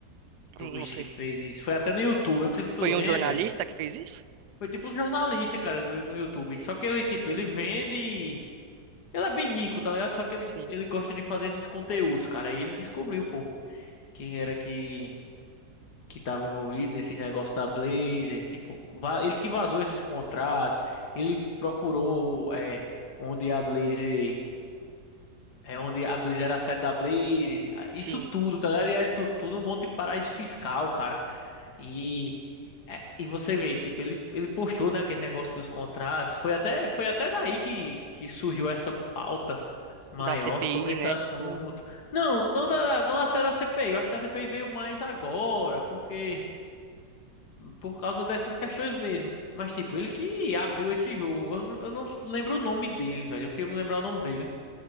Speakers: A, on the left; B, on the right.
A: do
B: Não
A: bicho
B: sei.
A: que fez isso. Foi até no YouTube, eu não sei se tu
B: Foi
A: lembra.
B: um jornalista que fez isso?
A: Foi tipo um jornalista, cara, do, no YouTube. Só que ele, tipo, ele vende. Ele é bem rico, tá ligado? Só que ele,
B: Sim.
A: ele gosta de fazer esses conteúdos, cara. Aí ele descobriu, pô, quem era que. que estava envolvido nesses negócios da Blazer, tipo, va- ele que vazou esses contratos, ele procurou é, onde a Blazer, é, onde a Blazer era a sede da Blazer, ah,
B: Sim.
A: isso tudo, tá ligado? E Era tudo, tudo um monte de paraíso fiscal, cara. E, é, e você vê, tipo, ele, ele postou, né, aquele negócio dos contratos, foi até, foi até daí que, que surgiu essa pauta. Maior
B: Da CPI,
A: sobre esse
B: né?
A: assunto.
B: Tipo,
A: Não, não da, não a série da CPI. Eu acho que a CPI veio mais agora, porque por causa dessas questões mesmo. Mas, tipo, ele que abriu esse jogo. Eu, n- eu não lembro o nome dele, velho. Eu queria me lembrar o nome dele.